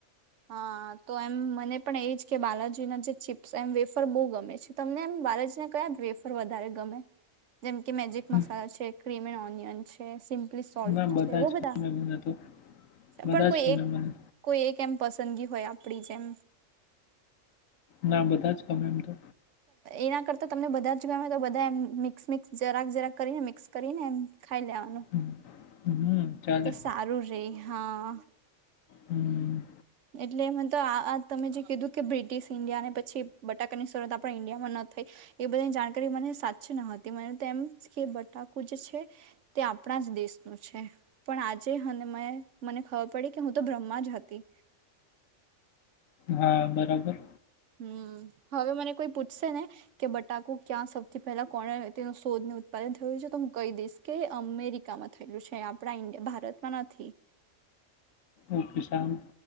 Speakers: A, on the right; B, on the left.
A: હા તો એમ મને પણ એજ કે બાલાજીના જે ચીપ્સ એમ વેફર બહુ ગમે છે તમને એમ બાલાજીના કયા વેફર વધારે ગમે જેમ કે મેજિક
B: હમ,
A: મસાલા છે ક્રીમ <unintelligible> તે સોલ્ટ
B: ના
A: છે
B: જ
A: બધા
B: ગમે મને તો. બધા
A: પણ કોઈ
B: જ ગમે
A: એક
B: મને.
A: કોઈ એક કેમ પસંદગી હોય આપડી જેમ
B: ના બધા જ ગમે એમ તો
A: એના કરતા તમને બધા જ જો તો બધા એમ મિક્સ મિક્સ જરાક જરાક કરીને મિક્સ કરીને એમ ખાઈ લેવાનું
B: હમ, હમ ચાલે.
A: તો સારું રે હા
B: હમ
A: એટલે મ તો આ તમે જે કીધું કે બ્રિટિશ ઇન્ડિયા ને પછી બટાકાની શરૂઆત આપણા ઈન્ડિયામાં ન થઈ એ બધાની જાણકારી મને સાચી ન હતી મને તો એમ કે બટાકુ જે છે તે આપણા જ દેશનું છે પણ આજે મને ખબર પડી કે હું તો બ્રહ્મા જ હતી
B: હા બરાબર
A: હમ હવે મને કોઈ પૂછશે ને કે બટાકુ ક્યાં સૌથી પહેલા કોને તેનું શોધ ઉત્પાદન થયું છે તો હું કઈ દઈશ કે અમેરિકામાં થયેલું છે આપણા ઇન્ડિયા ભારતમાં નથી
B: એક કશામ